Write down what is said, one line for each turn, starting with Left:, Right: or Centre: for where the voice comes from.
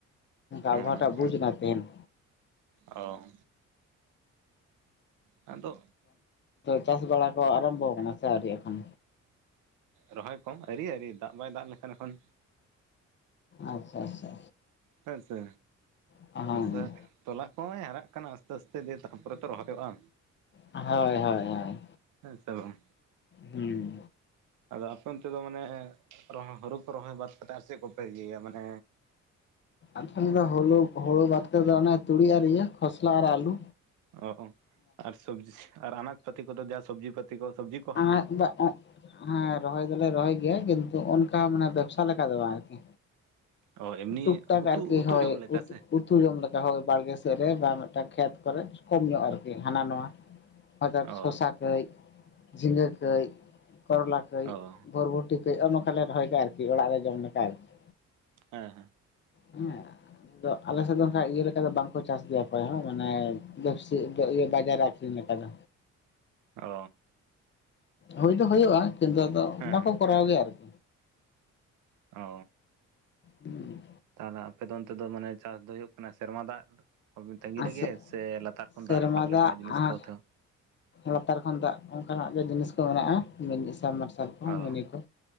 Right: ᱦᱮᱸ
Left: ᱟᱵᱽᱚᱦᱟᱣᱟ ᱴᱟᱜ ᱵᱩᱡᱽᱱᱟ ᱛᱮᱦᱮᱧ,
Right: ᱚ, ᱟᱫᱚ,
Left: ᱪᱟᱥ ᱵᱟᱲᱟ ᱠᱚ ᱟᱨᱟᱢᱵᱚ ᱟᱠᱟᱱᱟ ᱥᱮ ᱟᱹᱣᱨᱤ ᱮᱠᱷᱚᱱ?
Right: ᱨᱚᱦᱚᱭ ᱠᱚ ᱟᱹᱨᱤ ᱟᱹᱨᱤ ᱫᱟᱜ ᱵᱟᱭ ᱫᱟᱜ ᱞᱮᱠᱷᱟᱱ ᱮᱠᱷᱚᱱ,
Left: ᱟᱪᱪᱷᱟ ᱟᱪᱪᱷᱟ,
Right: ᱦᱮᱸ ᱥᱮ
Left: ᱦᱮᱸ
Right: ᱟᱥᱮᱜ, ᱛᱚᱞᱟ ᱠᱚ ᱱᱚᱜᱚᱸᱭ ᱦᱟᱨᱟᱜ ᱠᱟᱱᱟ ᱟᱥᱛᱮ ᱟᱥᱛᱮ ᱫᱤᱭ ᱛᱟᱨ ᱯᱚᱨᱮ ᱛᱚ ᱨᱚᱦᱚᱭᱚᱜᱼᱟ᱾
Left: ᱦᱳᱭ ᱦᱳᱭ ᱦᱳᱭ,
Right: ᱦᱮᱸ ᱥᱮ ᱵᱟᱝ?
Left: ᱦᱩᱸ,
Right: ᱟᱫᱚ ᱟᱯᱮ ᱚᱱᱛᱮ ᱫᱚ ᱢᱟᱱᱮ ᱦᱚᱲᱳ ᱠᱚ ᱨᱚᱦᱚᱭ ᱵᱟᱫ ᱠᱟᱛᱮ ᱟᱨ ᱪᱮᱫ ᱠᱚᱯᱮ ᱤᱭᱟᱹᱭᱟ? ᱢᱟᱱᱮ
Left: ᱟᱫᱷᱚᱢ ᱫᱚ ᱦᱩᱞᱳ ᱦᱩᱲᱳ ᱵᱟᱫ ᱠᱟᱛᱮ ᱚᱱᱮ ᱛᱩᱲᱤ ᱟᱨ ᱤᱭᱟᱹ ᱠᱷᱚᱥᱞᱟ ᱟᱨ ᱟᱞᱩ᱾
Right: ᱚ ᱟᱨ ᱥᱚᱵᱡᱤ ᱟᱨ ᱟᱱᱟᱡ ᱯᱟᱟᱹᱛᱤ ᱠᱚᱫᱚ ᱡᱟ ᱥᱚᱵᱡᱤ ᱯᱟᱛᱤ ᱠᱚ ᱥᱚᱵᱡᱤ ᱠᱚ,
Left: ᱟᱨ <unintelligible> ᱦᱮᱸ ᱨᱚᱦᱚᱭ ᱫᱚᱞᱮ ᱨᱚᱦᱚᱭ ᱜᱮᱭᱟ᱾ ᱠᱤᱱᱛᱩ ᱚᱱᱠᱟ ᱢᱟᱱᱮ ᱵᱮᱵᱥᱟ ᱞᱮᱠᱟ ᱫᱚ ᱵᱟᱝ ᱟᱨᱠᱤ᱾
Right: ᱚ ᱮᱢᱱᱤ
Left: ᱴᱩᱠ ᱴᱟᱠ
Right: ᱩᱛᱩ
Left: ᱟᱨᱠᱤ
Right: ᱩᱛᱩ
Left: ᱦᱳᱭ,
Right: ᱡᱚᱢ ᱞᱮᱠᱟ ᱥᱮ
Left: ᱩᱛᱩ ᱡᱚᱢ ᱞᱮᱠᱟ ᱦᱳᱭ ᱵᱟᱲᱜᱮ ᱥᱮᱫ ᱨᱮ ᱵᱟ ᱢᱤᱫᱴᱟᱝ ᱠᱷᱮᱛ ᱠᱚᱨᱮ ᱠᱚᱢ ᱧᱚᱜ ᱟᱨᱠᱤ ᱦᱟᱱᱟ ᱱᱟᱣᱟ᱾ ᱟᱨ
Right: ᱚ
Left: ᱥᱚᱥᱟ ᱠᱟᱹᱡ, ᱡᱷᱤᱸᱜᱟᱹ ᱠᱟᱹᱡ, ᱠᱚᱨᱚᱞᱟ ᱠᱟᱹᱡ,
Right: ᱚ
Left: ᱵᱚᱨᱵᱚᱴᱤ, ᱩᱛᱩ ᱠᱟᱹᱡ ᱚᱱ ᱚᱱᱠᱟᱞᱮ ᱨᱚᱦᱚᱭᱫᱟ ᱟᱨᱠᱤ ᱚᱲᱟᱜ ᱨᱮ ᱡᱚᱢ ᱞᱮᱠᱟ ᱟᱨᱠᱤ᱾
Right: ᱦᱮᱸ ᱦᱮᱸ,
Left: ᱦᱮᱸ ᱟᱫᱚ ᱟᱞᱮᱥᱮᱫ ᱫᱚ ᱚᱱᱠᱟ ᱤᱭᱟᱹ ᱞᱮᱠᱟ ᱫᱚ ᱵᱟᱝᱠᱚ ᱪᱟᱥ ᱜᱮᱭᱟ ᱚᱠᱚᱭ ᱦᱚᱸ ᱢᱟᱱᱮ ᱵᱮᱥᱤ ᱤᱭᱟᱹ ᱵᱟᱡᱟᱨ ᱟᱹᱠᱷ ᱨᱤᱧ ᱞᱮᱠᱟᱫᱚ᱾
Right: ᱚ,
Left: ᱦᱩᱭ ᱫᱚ ᱦᱩᱭᱩᱜ-ᱟ ᱠᱤᱱᱛᱩ ᱟᱫᱚ
Right: ᱦᱮᱸ
Left: ᱵᱟᱠᱚ
Right: ᱦᱮᱸ
Left: ᱠᱚᱨᱟᱣ ᱜᱮᱭᱟ ᱟᱨᱠᱤ,
Right: ᱚ,
Left: ᱦᱩᱸ,
Right: ᱛᱟᱦᱚᱞᱮ ᱟᱯᱮᱫᱚ ᱚᱱᱛᱮ ᱫᱚ ᱢᱟᱱᱮ ᱪᱟᱥ ᱫᱚ ᱦᱩᱭᱩᱜ ᱠᱟᱱᱟ ᱥᱮᱨᱢᱟ ᱫᱟᱜ ᱛᱟᱺᱜᱤ
Left: ᱟᱥᱮ
Right: ᱨᱮᱜᱮ ᱥᱮ ᱞᱟ ᱛᱟᱨ
Left: ᱥᱮᱨᱢᱟ
Right: ᱠᱷᱚᱱ ᱫᱟᱜ ᱨᱟᱠᱟᱵ ᱞᱮᱠᱟᱱᱟᱜ ᱡᱤᱱᱤᱥ
Left: ᱟᱨ
Right: ᱠᱚᱛᱮ ᱦᱚ?
Left: ᱞᱟᱛᱟᱨ ᱠᱷᱚᱱ ᱫᱟᱜ ᱚᱱᱠᱟᱱᱟᱜ ᱜᱮ ᱡᱤᱱᱤᱥ ᱠᱚ ᱢᱮᱱᱟᱜ-ᱟ, ᱢᱤᱱᱤ ᱥᱟᱰᱽᱢᱟᱨᱥᱟᱞ ᱠᱚ
Right: ᱚ
Left: ᱢᱤᱱᱤ ᱠᱚ᱾